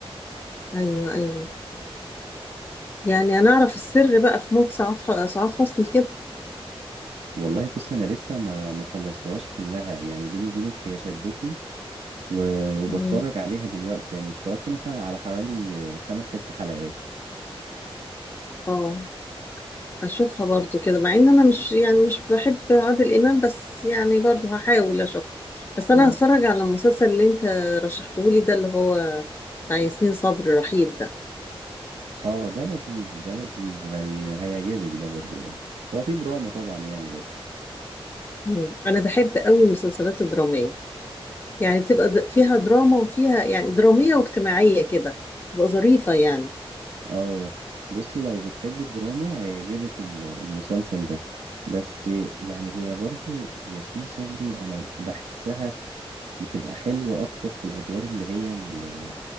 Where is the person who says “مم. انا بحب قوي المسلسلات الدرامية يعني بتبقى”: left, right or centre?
Left